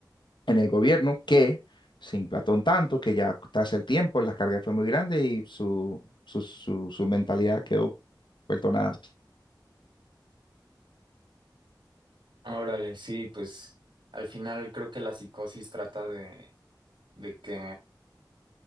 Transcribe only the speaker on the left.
en el gobierno que se emplató un tanto que ya tras el tiempo la carga fue muy grande y su, su, su, su mentalidad quedó vuelto nada.